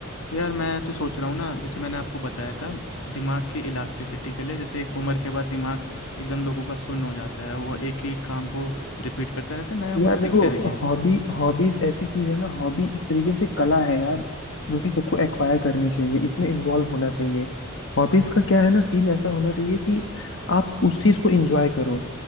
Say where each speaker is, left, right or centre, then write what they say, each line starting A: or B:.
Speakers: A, on the left; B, on the left.
A: तो यार मैं तो सोच रहा हूँ ना जैसे मैंने आपको बताया था दिमाग की इलास्टिसिटी के लिए जैसे एक उम्र के बाद दिमाग एकदम लोगों का सुन्न हो जाता है वो एक ही काम को रिपीट करता रहता है नया
B: यार
A: कुछ सीखते
B: देखो
A: नहीं है
B: हॉबी हॉबीज ऐसी चीज है ना हॉबी एक तरीके से कला है यार जो कि सबको एक्वायर करनी चाहिए इसमें इन्वॉल्व होना चाहिए हॉबीज का क्या है ना सीन ऐसा होना चाहिए कि आप उस चीज को एंजॉय करो